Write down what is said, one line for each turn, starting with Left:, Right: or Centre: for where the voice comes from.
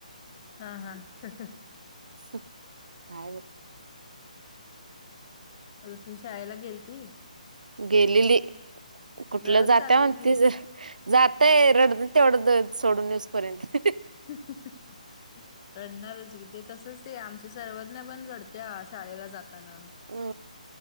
Left: हा हा हंंहं.
Right: <unintelligible>
Left: ऋतु शाळेला गेलती?
Right: गेलेली कुठलं
Left: दररोज
Right: जाता
Left: चाललंय
Right: म्हणतीज.
Left: की
Right: जातय रडत तेवढं सोडून येउस्त. पर्यंत हंहं.
Left: हं हं रडणारच वि ते तसंच ते आमच. ते सर्वज्ञ पण रडते हा शाळेला जाताना.
Right: हो.